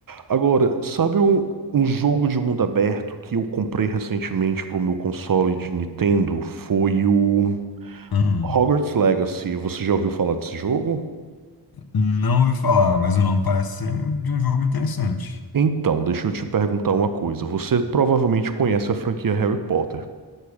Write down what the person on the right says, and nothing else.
Agora, sabe um, um jogo de mundo aberto que eu comprei recentemente para o meu console de Nintendo? Foi o
Hogwarts Legacy. Você já ouviu falar desse jogo?
Então, deixa eu te perguntar uma coisa. Você provavelmente conhece a franquia Harry Potter,